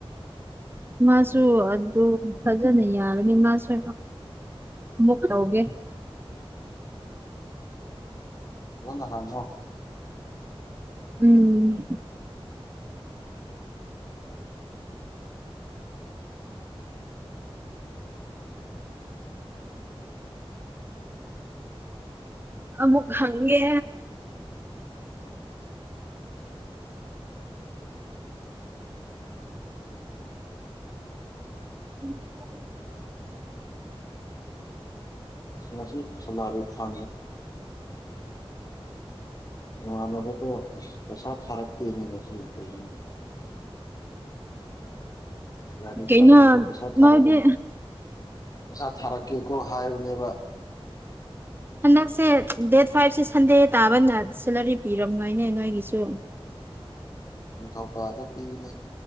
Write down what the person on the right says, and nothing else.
ꯃꯥꯁꯨ ꯑꯗꯨ ꯐꯖꯅ ꯌꯥꯔꯅꯤ ꯃꯥꯁꯨ ꯃꯛꯧꯒꯦ
ꯎꯝ ꯑꯃꯃꯨꯛ ꯍꯪꯦ ꯎꯝ
ꯀꯩꯅꯣ
ꯅꯣꯏꯗꯤ
ꯍꯟꯗꯛꯁꯦ ꯗꯦꯠ ꯐꯥꯏꯚꯁꯦ ꯁꯟꯗꯦ ꯇꯥꯕꯅ ꯁꯦꯂꯔꯤ ꯄꯤꯔꯝꯈꯣꯏꯅꯦ ꯅꯣꯏꯒꯤꯁꯨ